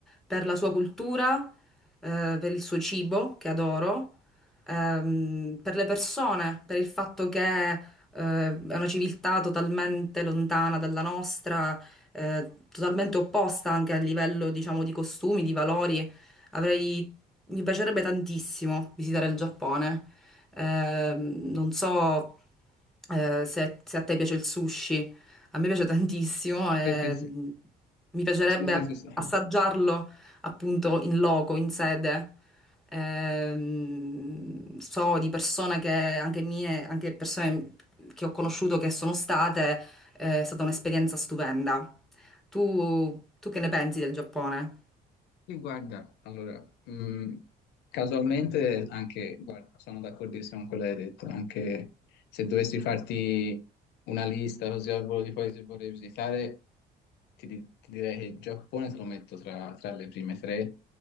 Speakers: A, in the centre; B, on the left.
A: per la sua cultura, eh, per il suo cibo che adoro, ehm, per le persone, per il fatto che, eh, è una civiltà totalmente lontana dalla nostra, eh, totalmente opposta anche a livello, diciamo, di costumi, di valori. Avrei, mi piacerebbe tantissimo visitare il Giappone. Ehm, non so eh, se, se a te piace il sushi, a me piace tantissimo e
B: Sì, sì, sì,
A: mm, mi piacerebbe
B: sì, sì, sì, sì.
A: assaggiarlo appunto in loco, in sede. Ehm, so di persone che, anche mie, anche persone che ho conosciuto che sono state, eh, è stata un'esperienza stupenda. Tu, tu che ne pensi del Giappone?
B: Sì, Guarda, allora, mh, casualmente anche, guarda, sono d'accordissimo con quello che hai detto, anche se dovessi farti una lista così al volo di paesi che vorrei visitare, ti, di- ti direi che il Giappone te lo metto tra, tra le prime tre,